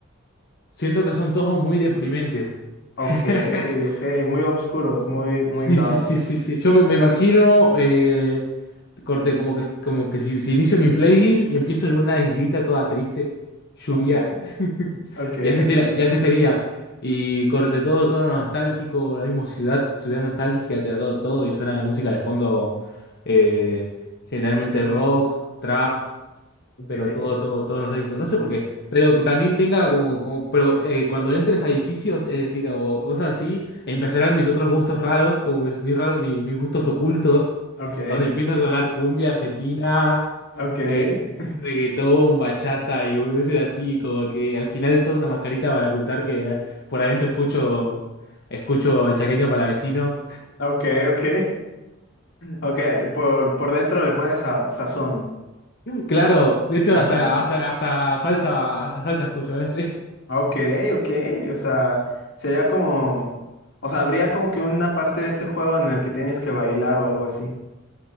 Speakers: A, on the left; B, on the left.
A: Siento que son todos muy deprimentes. <laughs>
B: Ok, ok. Muy oscuros, muy, muy
A: Sí,
B: darks.
A: sí, sí, sí, sí. Yo me, me imagino, eh, corte, como que, como que si, si inicio mi playlist, empiezo en una islita toda triste, lluvia.
B: Ok,
A: <laughs>
B: ok,
A: Y así sería, y así sería. Y corte todo tono nostálgico, la misma ciudad, ciudad nostálgica, te da todo, todo, y suena de música de fondo, eh, generalmente rock, trap
B: ok,
A: pero todo, todo, todo nostálgico. No sé por qué, pero que también tenga como, como pero eh, cuando entres a edificios, es decir, o cosas así, empezarán mis otros gustos raros, como mis, mis, raros- mi- mis gustos ocultos,
B: ok,
A: donde empieza a sonar cumbia argentina,
B: ok,
A: eh,
B: <laughs>
A: reggaetón, bachata y boludeces así, como que al final toda una mascarita para ocultar que por adentro escucho, escucho el chaqueño para vecino.
B: ok, ok. <laughs> Ok, por, por dentro le pones sa- sazón.
A: Claro, de hecho
B: Ok,
A: hasta, hasta, hasta salsa, hasta salsa escucho a veces.
B: ok, ok. O sea, sería como. O sea, habría como que una parte de este juego en el que tienes que bailar o algo así.